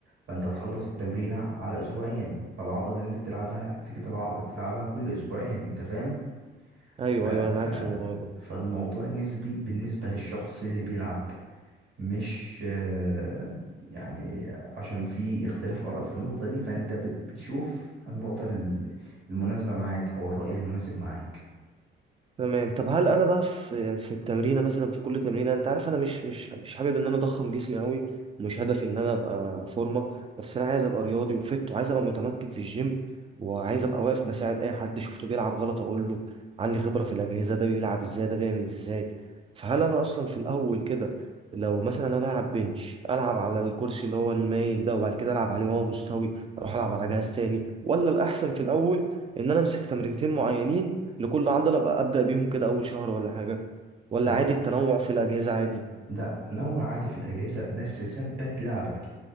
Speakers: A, on the right (about 70°); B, on the right (about 30°).
A: فانت هتخلص التمرينة على اسبوعين فالعضلة اللي انت بتلعبها تيجي تلعب تلعبها كل اسبوعين انت فاهم
B: ايوه
A: ف... ف...
B: ايوه انا معاك في الموضوع ده
A: فالموضوع نسبي بالنسبة للشخص اللي بيلعب مش آه، يعني عشان في اختلاف آراء في النقطة دي فانت بت- بتشوف النقطة ال- المناسبة معاك او الرأي المناسب معاك
B: تمام طب هل انا بقى في في التمرينه مثلا في كل تمرينه انت عارف انا مش مش مش حابب ان انا اضخم جسمي قوي مش هدفي ان انا ابقى فورمه بس انا عايز ابقى رياضي وفت وعايز ابقى متمكن في الجيم وعايز ابقى واقف بساعد اي حد شفته بيلعب غلط اقول له عندي خبره في الاجهزه ده بيلعب ازاي ده بيعمل ازاي فهل انا اصلا في الاول كده لو مثلا انا بلعب بنش العب على الكرسي اللي هو المايل ده وبعد كده العب عليه وهو مستوي اروح العب على جهاز تاني ولا الاحسن في الاول ان انا امسك تمرينتين معينين لكل عضلة بقى أبدأ بيهم كده أول شهر ولا حاجة ولا
A: ده
B: عادي التنوع في الأجهزة عادي
A: لا نوع عادي في الأجهزة بس ثبت لعبك